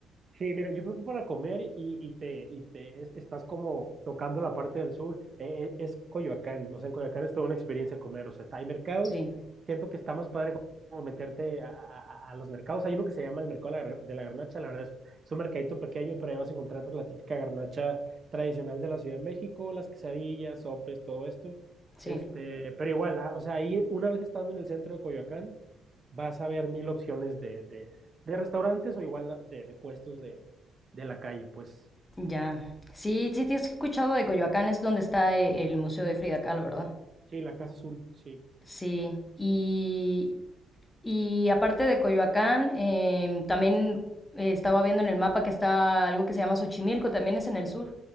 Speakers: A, on the right; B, on the left.
A: Sí, mira, yo creo que para comer y, y te, y te es- estás como tocando la parte del sur, eh, es Coyoacán, no sé, en Coyoacán es toda una experiencia comer, o sea, está, hay mercados,
B: Sí,
A: siento que está más padre como meterte a, a- a- a los mercados, hay uno que se llama el mercado de la Gar- de la garnacha, la verdad es, es un mercadito pequeño, pero ahí vas a encontrar pues la típica garnacha tradicional de la Ciudad de México, las quesadillas, sopes, todo esto,
B: sí,
A: este, pero igual, ah, o sea, ahí una vez estando en el centro de Coyoacán, vas a ver mil opciones de, de- de restaurantes o igual de, de puestos de, de la calle, pues.
B: ya. Sí, sí, te has escuchado de Coyoacán, es donde está eh, el Museo de Frida Kahlo, ¿verdad?
A: Sí, la Casa Azul, sí.
B: Sí, y, Y aparte de Coyoacán, eh, también eh, estaba viendo en el mapa que está algo que se llama Xochimilco, también es en el sur.